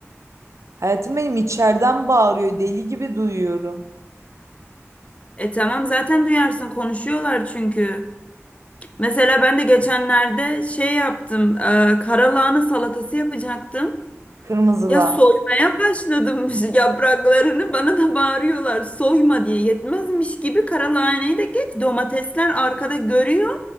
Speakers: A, on the right; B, on the left.
A: Hayatım benim içeriden bağırıyor. Deli gibi duyuyorum.
B: E tamam zaten duyarsın konuşuyorlar çünkü. Mesela ben de geçenlerde şey yaptım, e, karalahana salatası yapacaktım.
A: Kırmızılar.
B: Ya soymaya başladım <laughs> yapraklarını bana da bağırıyorlar soyma diye yetmezmiş gibi karalahaneyi de geç domatesler arkada görüyor.